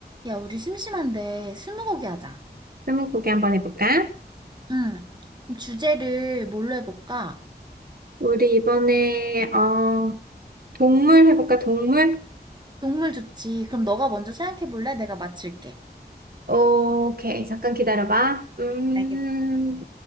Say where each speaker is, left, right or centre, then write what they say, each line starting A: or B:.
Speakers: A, on the right; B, on the right.
A: 야, 우리 심심한데 스무고개 하자.
B: 스무고개 한번 해볼까?
A: 응. 그럼 주제를 뭘로 해볼까?
B: 우리 이번에 어 동물 해볼까? 동물?
A: 동물 좋지. 그럼 너가 먼저 생각해 볼래? 내가 맞힐게.
B: 오케이 잠깐 기다려봐. 음
A: 알겠어.